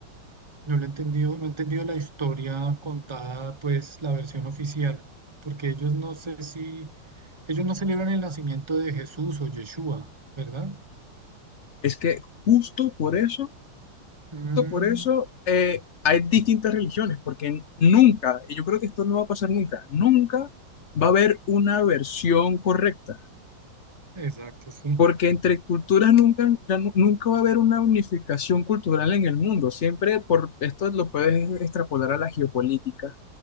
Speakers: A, on the right; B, on the left.
A: no lo he entendido, no he entendido la historia contada, pues la versión oficial, porque ellos no sé si, ellos no celebran el nacimiento de Jesús o Yeshua, ¿verdad?
B: es que justo por eso,
A: Mm,
B: justo por eso eh, hay distintas religiones, porque nunca, y yo creo que esto no va a pasar nunca, nunca va a haber una versión correcta.
A: exacto, sí.
B: Porque entre culturas nunca, ya nu- nunca va a haber una unificación cultural en el mundo. Siempre por esto lo puedes extrapolar a la geopolítica